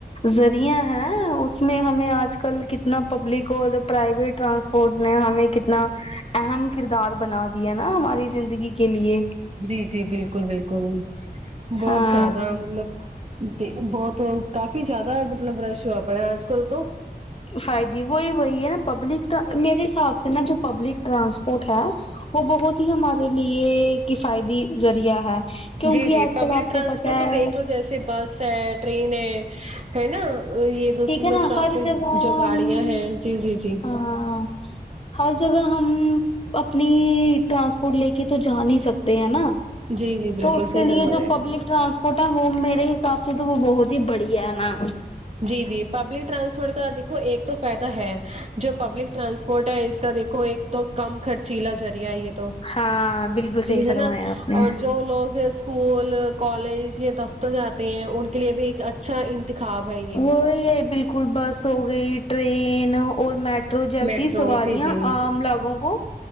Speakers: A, on the left (about 35°); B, on the right (about 40°).
A: ذریعہ ہیں اس میں ہمیں آج کل کتنا پبلک اور پرائیویٹ ٹرانس پورٹ نے ہمیں کتنا اہم کردار بنا دیا نہ ہماری زندگی کے لئے
B: جی جی بالکل بالکل بہت
A: ہاں
B: زیادہ مطلب بہت کافی زیادہ مطلب رش ہوا پڑا آج کل تو
A: فائدی وہی وہی ہے پبلک میرے حساب سے نہ جو پبلک ٹرانسپورٹ ہے وہ بہت ہی ہمارے لیے کیفائدی ذریعہ ہے کیونکہ
B: جی جی
A: آج
B: پبلک
A: کل آپ
B: ٹرانسپورٹ
A: کو پتہ
B: تو
A: ہے
B: دیکھ لو جیسے بس ہے ٹرین ہے ہے نہ یہ دوسری
A: ٹھیک ہے نا
B: بس سافر
A: ہر جگہ
B: جو گاڑیاں
A: ہم
B: ہیں جی جی جی
A: ہاں ہر جگہ ہم اپنی ٹرانسپورٹ لے کے تو جا نہیں سکتے ہے نہ
B: جی جی بالکل
A: تو اس کے
B: صحیح
A: لیے
B: فرما
A: جو
B: رہے ہیں
A: پبلک
B: آپ
A: ٹرانسپورٹ ہے وہ میرے حساب سے تو وہ بہت ہی بڑھیا ہے نہ
B: جی جی پبلک ٹرانسپورٹ کا دیکھو ایک تو فائدہ ہے جو پبلک ٹرانسپ فوٹا ہے اس کا دیکھو ایک تو کم خرچیلہ ذریعہ ہے یہ تو
A: ہاں بالکل
B: جی
A: صحیح فرمایا
B: ہے نہ
A: آپ نے
B: اور جو لوگ اس اسکول کالج یا دفتر جاتے ہیں ان کے لیے بھی ایک اچھا انتخاب ہے یہ
A: وہی ہے بالکل بس ہو گئی ٹرین اور میٹ تو جیسی
B: میٹرو
A: سواریاں
B: جی جی
A: عام لاگوں کو